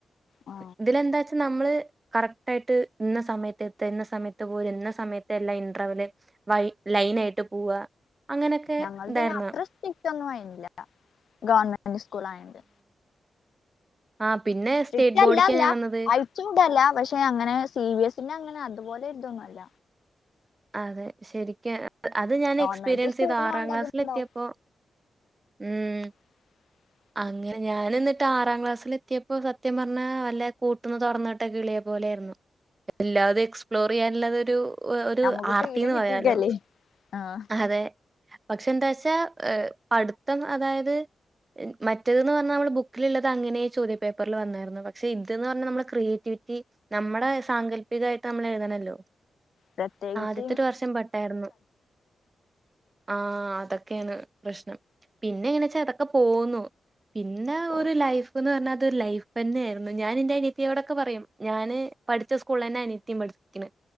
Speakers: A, on the left; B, on the right.
A: ആ
B: ഇതില എന്താച്ച നമ്മള് കറക്ട് ആയിട്ട് ഇന്ന സമയത്ത് എത്തഇന്ന സമയത്ത് പോ, ഇന്ന സമയത്തല്ല ഇൻറർവെൽ വൈ. ലൈന ആയിട്ട് പോവ അങ്ങനെയൊക്കെ
A: ഞങ്ങൾ
B: ഇടായിരുന്നോ,
A: പിന്നെ അത്ര <unintelligible> ഗവൺമെന്റ് സ്കൂൾ ആയണ്ട്.
B: ആ പിന്നെ
A: സ്ട്രിക്റ്റ്
B: സ്റ്റേറ്റ്
A: അല്ല
B: ബോർഡിക്കാ
A: അല്ല
B: ഞാൻ വന്നത്.
A: അയച്ചോണ്ടല്ല. പക്ഷെ അങ്ങനെ സി ബി എസിന്റെ അങ്ങനെ അതുപോലെ ഇതൊന്നുമല്ല.
B: അതെ. ശരിക്ക അത് ഞാൻ
A: നോർമലായിട്ട്
B: എക്സ്പീരിയൻസ്
A: സ്കൂളിൽ
B: ചെയ്തു. ആറാം
A: വേണ്ടതുണ്ടാവും
B: ക്ലാസ്സില എത്തിയപ്പോ ഉം
A: <unintelligible>
B: അങ്ങനെ ഞാൻ എന്നിട്ട് ആറാംക്ലാസ്സൽ എത്തിയപ്പോ സത്യം പറഞ്ഞ വല്ല കൂട്ടന്ന് തുറന്നിട്ടൊക്കെ ഇളിയപ്പോ <unintelligible> വല്ലാതെ എക്സ്പ്ലോർ ചെയ്യാൻ ഉള്ളരു
A: നമുക്ക്
B: ആർത്തിന്ന്
A: ഫ്രീഡം കിട്ടിയിക്കല്ലേ
B: പറയാലോ.
A: ആഹ്
B: അതെ പക്ഷെ എന്താ വച്ചാ. പടുത്തം അതായത് മറ്റേതന്ന്പറഞ്ഞാൽനമ്മള്ബുക്കിലുള്ളത് അങ്ങനെ ചോദ്യ പേപ്പറിൽ വന്നായിരുന്നു. പക്ഷെ ഇദ് ക്രിയേറ്റി പറഞ്ഞൽ നമ്മള് ക്രിയേറ്റീ നമ്മുടെ സാങ്കല്പികമായിട്ട് നമ്മൾ എഴുതണല്ലോ.
A: പ്രത്യേകി
B: <unintelligible> വർഷം പെട്ടായിരുന്നു. ആതൊ <unintelligible> യാണ് പ്രശ്നം പിന്നെ എങ്ങനെ വെച്ചാൽ അതൊക്കെ പോക്കുന്നു. പിന്നെ
A: ഓ
B: ഒരു ലൈഫ്ന്ന് പറഞ്ഞാ ലൈഫ് തന്നെ ആയിരുന്നു. ഞാൻ ന്റെ അനിയത്തിയോടൊക്കെ പറയും. ഞാന് പഠിച്ച സ്കൂളില്തന്നെ അനിയത്തിയം പഠിക്കണ്.